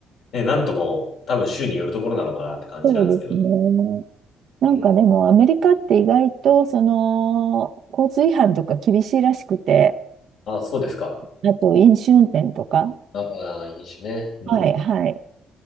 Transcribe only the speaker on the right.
そうですね。なんかでもアメリカって意外とその交通違反とか厳しいらしくて、
あと飲酒運転とか、
はい、はい。